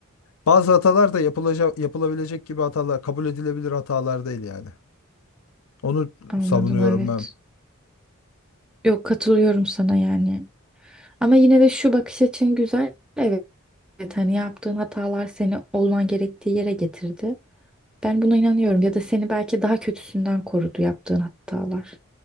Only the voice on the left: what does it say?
bazı hatalar da yapılacak, yapılabilecek gibi hatalar, kabul edilebilir hatalar değil yani. Onu
savunuyorum
ben.